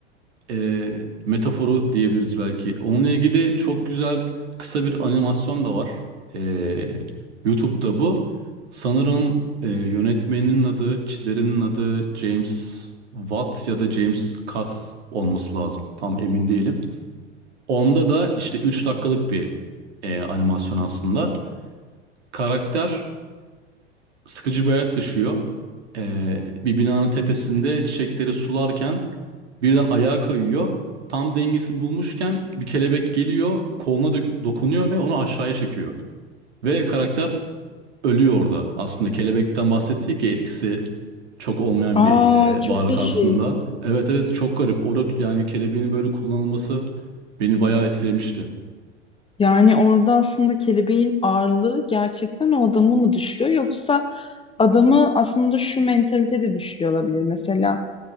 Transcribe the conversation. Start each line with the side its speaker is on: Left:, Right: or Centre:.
Right: e, metaforu diyebiliriz belki. Onunla ilgili çok güzel kısa bir animasyon da var. E, YouTube'da bu. Sanırım e, yönetmeninin adı, çizerinin adı James Watt ya da James Katz olması lazım. Tam emin değilim. Onda da işte 3 dakikalık bir e, animasyon aslında. Karakter sıkıcı bir hayat yaşıyor. Ee, bir binanın tepesinde çiçekleri sularken birden ayağa kayıyor. Tam dengesini bulmuşken bir kelebek geliyor, koluna dök- dokunuyor ve onu aşağıya çekiyor. Ve karakter ölüyor orada. Aslında kelebekten bahsettik ya etkisi çok olmayan
Left: Aa,
Right: bir e,
Left: çok
Right: varlık
Left: değişik.
Right: aslında. Evet evet çok garip. Orada yani kelebeğin böyle kullanılması beni bayağı etkilemişti.
Left: Yani orada aslında kelebeğin ağırlığı gerçekten o adamı mı düşürüyor yoksa adamı aslında şu mentalite de düşürüyor olabilir. Mesela